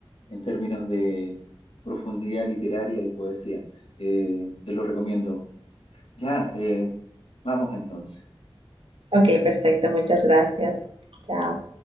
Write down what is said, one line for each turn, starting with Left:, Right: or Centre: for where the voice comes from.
Left: en términos de profundidad literaria y poesía. Eh, te lo recomiendo. Ya, eh, vamos entonces.
Right: Ok, perfecto, muchas gracias. Chao.